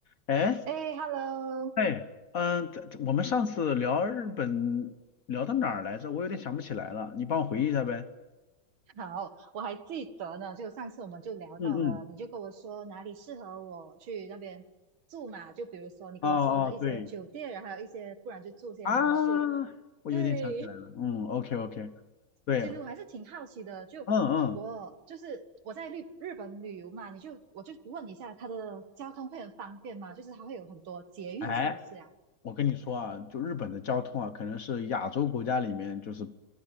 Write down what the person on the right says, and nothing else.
哎，Hello，
好，我还记得呢，就上次我们就聊到了，
你就跟我说哪里适合我去那边住嘛，就比如说你跟我说了一些酒店，
然后还有一些，不然就住些民宿。
对，
其实我还是挺好奇的，就我就是我在日日本旅游嘛，
你就我就问一下，它的交通会很方便吗？就是它会有很多捷运，
是不是啊？